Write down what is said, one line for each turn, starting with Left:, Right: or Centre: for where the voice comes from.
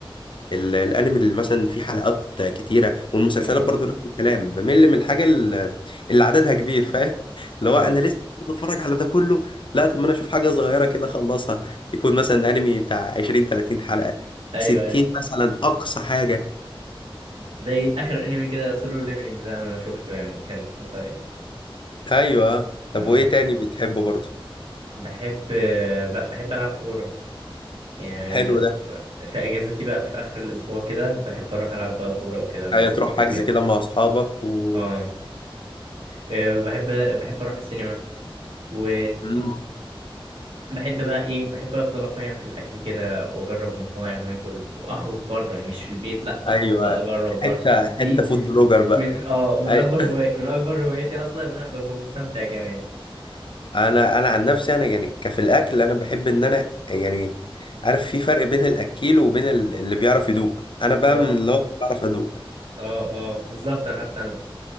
Left: ال- الانمي اللي مثلا فيه حلقات كتيره والمسلسلات
Right: اه
Left: برضو نفس الكلام بمل من الحاجه ال- اللي عددها كبير فاهم اللي
Right: اه
Left: هو انا لسه بتفرج على ده كله لا طب ما انا اشوف حاجه صغيره كده اخلصها يكون مثلا انمي بتاع 20 30 حلقه
Right: ايوه
Left: 60
Right: أيوة.
Left: مثلا اقصى حاجه
Right: زي اخر انمي كده سولو ليفلنج ده انا شفته يعني كان قصير
Left: ايوه طب
Right: اه
Left: وايه تاني بتحبه برضو
Right: بحب ب- بحب العب كوره يعني
Left: حلو ده
Right: في اجازتي بقى في اخر الاسبوع كده بحب اروح العب بقى كوره وكده مع
Left: ايوه
Right: اصحابي
Left: تروح حجز
Right: وكده
Left: كده مع اصحابك و
Right: اه آه، بحب بحب اروح السينما و
Left: مم.
Right: بحب بقى ايه بحب افضل اقيم في الاكل كده واجرب مطاعم واكل واخرج بره مش في البيت لا اخرج
Left: ايوه
Right: بقى اجرب
Left: حته
Right: بره دي
Left: حته فود بلوجر بقى
Right: من اه من
Left: أي...
Right: اكبر هواي من اكبر هوايتي اصلا ان انا ببقى مستمتع كمان
Left: <laughs> انا انا عن نفسي انا يعني كفي الاكل انا بحب ان انا يعني عارف في فرق بين الاكيل وبين ال- اللي بيعرف يدوق انا بقى
Right: اه
Left: من اللي هو بعرف ادوق
Right: اه اه بالظبط انا حتى انا